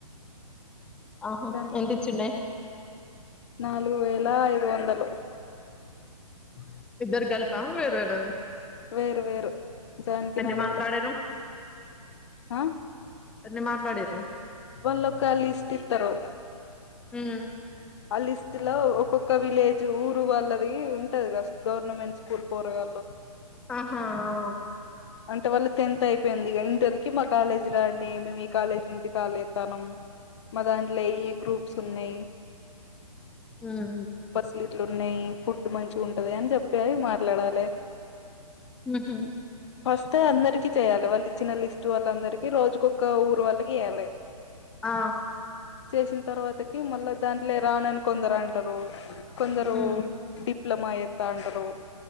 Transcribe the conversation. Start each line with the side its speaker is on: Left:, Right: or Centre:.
Centre: ఆహ
Left: దానికి
Centre: ఎంతచ్చిండే?
Left: నాలుగు వేల ఐదు వందలు అ
Centre: ఇద్దరికీ గల్పా వేరువేర?
Left: వేర వేరు దానికి
Centre: ఎన్ని
Left: నాలుగు
Centre: మాట్లాడిర్రు,
Left: వేల ఆ
Centre: ఎన్ని మాట్లాడిర్రె?
Left: వాళ్ళోక లిస్ట్ ఇత్తరు.
Centre: ఉమ్
Left: ఆ లిస్టు లో ఒక్కొక్క విలేజ్ ఊరు వాళ్ళది ఉంటది గా, గవర్నమెంట్ స్కూల్ పోరగాళ్ళు
Centre: ఆహా ఆ ఓ
Left: అంటే వాళ్ళు తెన్త్ అయిపోయింది ఇగ, ఇంటర్ కి మా కాలేజీ రాండి, మేము ఈ కాలేజ్ నుంచి కాల్ చేత్తాన్నం. మా దాంట్ల ఈ గ్రూప్స్ ఉన్నయి
Centre: ఉమ్
Left: ఫసిలిట్లు ఉన్నయి, ఫుడ్ మంచిగ ఉంటది అని చెప్పేది మాట్లాడాలె.
Centre: ఉహు
Left: ఫస్టె అందరికీ చేయాలే, వాళ్ళు ఇచ్చిన లిస్ట్ వాళ్ళందరికి రోజుకొక్క ఊరు వాళ్ళకి చేయాలె.
Centre: ఆ
Left: చేసిన తర్వాతకి మళ్ళా దాంట్ల రానని కొందరు అంటరు. కొందరు
Centre: ఉమ్
Left: డిప్లమ ఏత్త అంటరు.